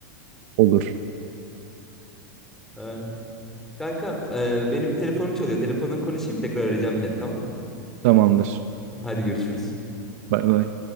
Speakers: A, on the right; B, in the centre.
A: Olur.
B: Ay. Kanka e, benim telefonum çalıyor. Telefonla konuşayım tekrar arayacağım seni tamam.
A: Tamamdır.
B: Hadi görüşürüz.
A: Bay bay.